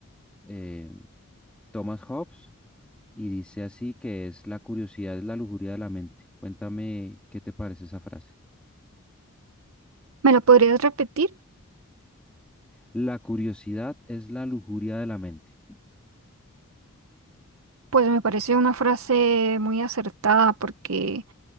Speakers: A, in the centre; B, on the right.
A: em, Thomas Hobbes y dice así que es la curiosidad es la lujuria de la mente. Cuéntame qué te parece esa frase.
B: ¿Me lo podrías repetir?
A: La curiosidad es la lujuria de la mente.
B: Pues me parece una frase muy acertada porque